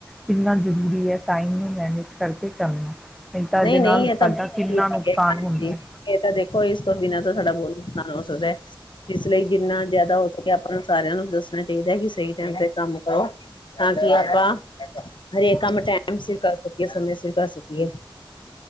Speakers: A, in the centre; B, on the left (about 60°).
A: ਕਿੰਨਾ ਜ਼ਰੂਰੀ ਹੈ, ਟਾਈਮ ਨੂੰ ਮੈਨੇਜ ਕਰਕੇ ਚੱਲਣਾ। ਨਹੀਂ, ਤਾਂ ਇਹਦੇ ਨਾਲ
B: ਨਹੀਂ ਇਹ ਤਾਂ
A: ਸਾਡਾ
B: ਬਹੁਤ
A: ਕਿੰਨਾ
B: ਜ਼ਰੂਰੀ
A: ਨੁਕਸਾਨ
B: ਹੈ ਹਾਂਜੀ
A: ਹੁੰਦਾ ਹੈ।
B: ਇਹ ਤਾਂ ਦੇਖ ਕੋਈ ਇਸ ਤੋਂ ਬਿਨਾਂ ਤਾਂ ਸਾਡਾ ਬਹੁਤ ਨੁਕਸਾਨ ਹੋ ਸਕਦਾ। ਇਸਲਈ ਜਿੰਨਾ ਜਿਆਦਾ ਹੋ ਸਕੇ ਆਪਾਂ ਨੂੰ ਸਾਰਿਆਂ ਨੂੰ ਦੱਸੋ। ਤੇਖਦਾ ਹੈ ਕਿ ਸਹੀ ਟਾਈਮ ਤੇ ਕੰਮ ਹੋ। ਤਾਂ ਕਿ ਆਪਾਂ ਹਰੇਕ ਕੰਮ ਟਾਈਮ ਸਿਰ ਕਰ ਸਕੀਏ ਸਮੇਂ ਸਿਰ ਕਰ ਸਕੀਏ। ਕੀ ਹੈ?